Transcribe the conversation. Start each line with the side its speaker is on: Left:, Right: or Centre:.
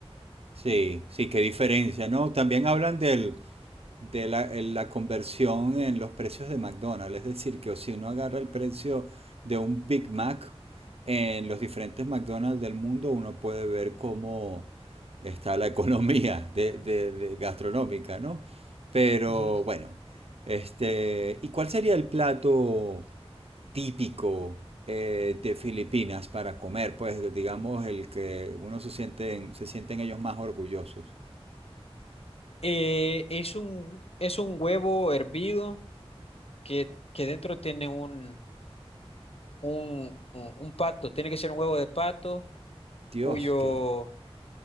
Right: Sí, sí, qué diferencia, ¿no? También hablan del de la, en la conversión en los precios de McDonald's. Es decir, que si uno agarra el precio de un Big Mac en los diferentes McDonald's del mundo, uno puede ver cómo está la <laughs> economía de, de- de gastronómica, ¿no? Pero
Left: Ujú.
Right: bueno, este, ¿y cuál sería el plato típico eh, de Filipinas para comer? Pues digamos el que uno se sienten, se sienten ellos más orgullosos.
Left: Eh, es un, es un huevo hervido que, que dentro tiene un, un, un pato, tiene que ser un huevo de pato
Right: Dios,
Left: cuyo
Right: qué... r-